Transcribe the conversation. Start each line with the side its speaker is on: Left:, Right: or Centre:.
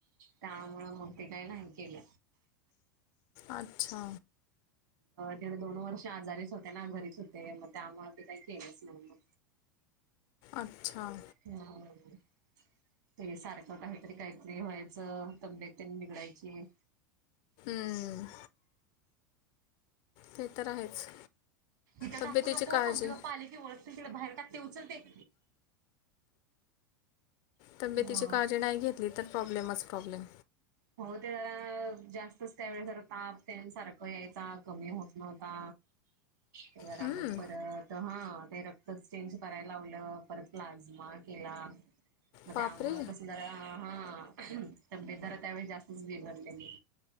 Right: त्यामुळं मग ते काय नाही केल.
Left: अच्छा
Right: दीड दोन वर्ष आजारीच होते ना. घरीच होते. मग त्यामुळ ते काही केलंच नाही मग.
Left: अच्छा.
Right: हम्म. ते सारखं काहीतरी काहीतरी व्हायचं. तब्येत तेन बिघडायची.
Left: हम्म. ते तर आहेच.
Right: इथं
Left: तब्येतीची
Right: टाकू नको.
Left: काळजी
Right: मम्मी पप्पा आले की ओरडतील. तिकड बाहेर टाक ते उचल ते.
Left: तब्येतीची
Right: हा
Left: काळजी नाही घेतली तर प्रॉब्लेमच प्रॉब्लेम.
Right: हो ते जरा जास्तच त्यावेळी जरा ताप तेन सारखं यायचा कमी होत नव्हता. ते जरा
Left: हम्म,
Right: मग परत तर हा ते रक्त चेंज करायला लावलं. परत प्लाझ्मा केला. मग
Left: बापरे
Right: त्यामुळ कसं जरा हा, तब्येत जरा त्यावेळी जास्तच बिघडलेली.